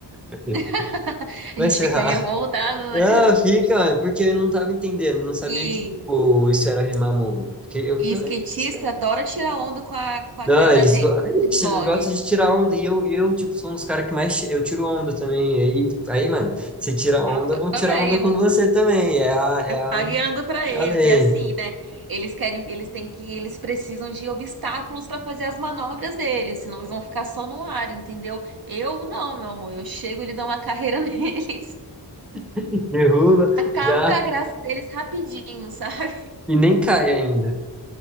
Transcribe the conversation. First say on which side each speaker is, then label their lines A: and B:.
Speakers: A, in the centre; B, on the right.
A: <laughs>
B: <laughs>
A: vai
B: A gente
A: se
B: fica
A: ferrar.
B: revoltado, né?
A: Ah, fica, mano, porque eu não tava entendendo, não sabia
B: E,
A: que, tipo, isso era rimar mano. Porque eu
B: e
A: falei,
B: skatista
A: "Ah, esse cara-"
B: adora tirar onda com a, com a
A: Não,
B: cara
A: eles,
B: da gente.
A: go- Ixi,
B: Blog.
A: eles gostam de tirar onda, e eu, eu tipo, sou um dos caras que mais, ti- eu tiro onda também, aí, aí, mano, se tirar
B: Ah,
A: onda,
B: eu
A: vão
B: também.
A: tirar onda com você também, é a, é
B: Eu
A: a,
B: pagando para eles.
A: é a lei.
B: E assim, né? Eles querem, eles têm que, eles precisam de obstáculos para fazer as manobras deles, senão eles vão ficar só no ar, entendeu? Eu não, meu amor. Eu chego, ele dá uma carreira <laughs> neles.
A: <laughs> Derruba,
B: Acabo
A: já,
B: com a graça deles rapidinho, sabe?
A: e nem cai ainda.